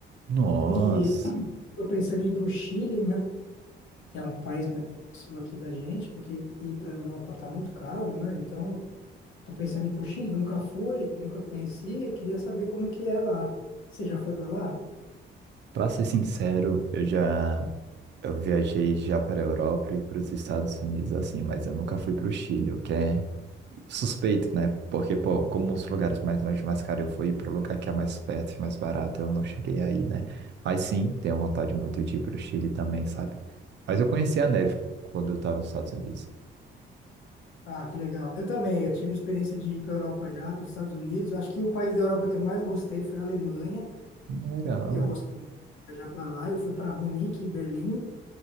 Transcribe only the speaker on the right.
Nossa.
Pra ser sincero, eu já eu viajei já para a Europa e para os Estados Unidos assim, mas eu nunca fui para o Chile, o que é suspeito, né? Porque, pô, como os lugares mais longe, mais caro eu fui para o lugar que é mais perto e mais barato, eu não cheguei aí, né? Mas sim, tenho vontade muito de ir para o Chile também, sabe? Mas eu conheci a neve quando eu estava nos Estados Unidos.
Hum, Legal,
ué.